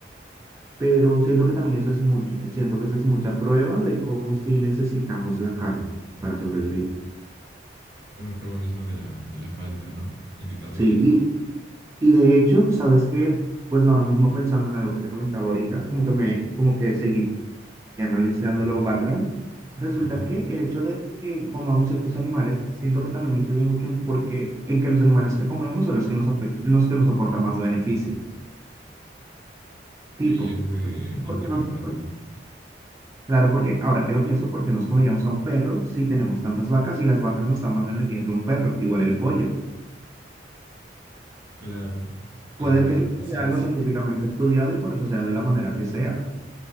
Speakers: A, on the right; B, on the right.
A: Pero siento que también eso es mucho, eh, siento que eso es mucha prueba de cómo sí necesitamos la carne para sobrevivir.
B: Una prueba misma de la, de la falta, ¿no? Intentar
A: Sí,
B: replicarlo.
A: y, y de hecho, ¿sabes qué? Pues ahora mismo pensando en algo que te comentaba ahorita, como que me, como que seguí analizando los background, resulta
B: Ajá.
A: que el hecho de que comamos ciertos animales, siento que también influye mucho en, porque, en que los animales que comemos son los que nos, afec- los que nos aportan más beneficio. Tipo,
B: Sí, es de, plantéamelo,
A: porque nos,
B: plantéamelo.
A: por- claro, porque ahora que lo pienso, ¿por qué nos comeríamos a un perro si tenemos tantas vacas y las vacas nos dan más energía que un perro? Igual el pollo.
B: Claro.
A: Puede
B: Ah,
A: que sea
B: eficiencia.
A: algo científicamente estudiado y por eso sea de la manera que sea.